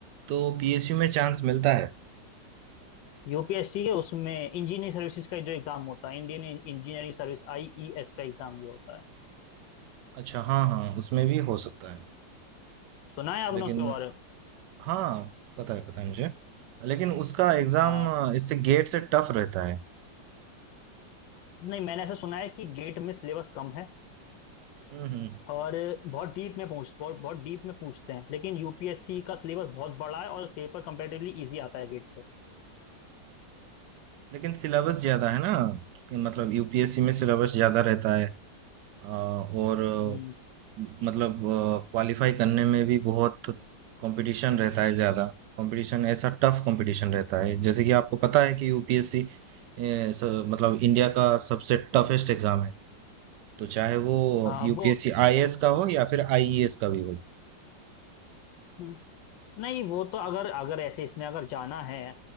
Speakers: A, on the right; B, on the left.
A: तो पीएसयू में चांस मिलता है
B: यूपीएससी के उसमें इंजीनियरिंग सर्विसेज का जो एग्जाम होता है इंडियन इंजीनियरिंग सर्विस आईईएस का एग्जाम जो होता है
A: अच्छा हाँ हाँ उसमें भी हो सकता है
B: सुना है आपने
A: लेकिन
B: उसके बारे में
A: हाँ पता है पता है मुझे लेकिन उसका एग्जाम
B: हाँ
A: इससे गेट से टफ रहता है
B: नहीं मैंने ऐसा सुना है कि गेट में सिलेबस कम है
A: हम्म हम्म
B: और बहुत डीप में पूछ बहुत बहुत डीप में पूछते हैं लेकिन यूपीएससी का सिलेबस बहुत बड़ा है और पेपर कंपैरेटिवली इजी आता है गेट से
A: लेकिन सिलेबस ज्यादा है ना कि मतलब यूपीएससी में सिलेबस
B: हम्म
A: ज्यादा रहता है अ, और अ,
B: हम्म,
A: मतलब क्वालिफाई करने में भी बहुत कंपटीशन रहता है ज्यादा कंपटीशन ऐसा टफ कंपटीशन रहता है जैसे कि आपको पता है कि यूपीएससी मतलब इंडिया का सबसे टफेस्ट एग्जाम है तो चाहे वो
B: हाँ
A: यूपीएससी
B: वो
A: आईएएस का हो या फिर आईईएस का भी हो
B: हम्म, नहीं वो तो अगर अगर ऐसे इसमें अगर जाना है